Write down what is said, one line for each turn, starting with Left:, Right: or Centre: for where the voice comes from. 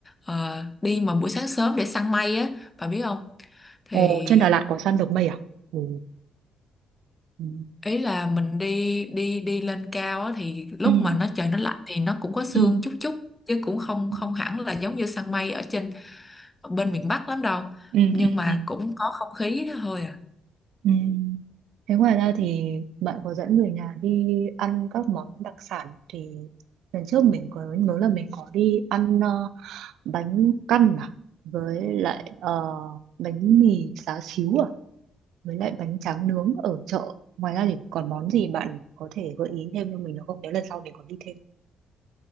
Left: ờ, đi mà buổi sáng sớm để săn mây á bà biết không thì
Right: Ồ, trên Đà Lạt có săn được mây à? Ồ, ừ.
Left: ý là mình đi đi đi lên cao á, thì lúc
Right: ừ
Left: mà nó trời nó lạnh thì nó cũng có sương
Right: ừ
Left: chút chút chứ cũng không
Right: ừ
Left: không hẳn là giống như săn mây ở trên bên miền Bắc lắm đâu
Right: ừ
Left: nhưng mà
Right: ừ.
Left: cũng có không khí thôi à
Right: Ừ. Thế ngoài ra thì bạn có dẫn người nhà đi ăn các món đặc sản thì lần trước mình có nhớ là mình có đi ăn ờ, bánh căn à với lại ờ, bánh mì xá xíu à với lại bánh tráng nướng ở chợ ngoài ra thì còn món gì bạn có thể gợi ý thêm cho mình được không nếu lần sau mình có đi thêm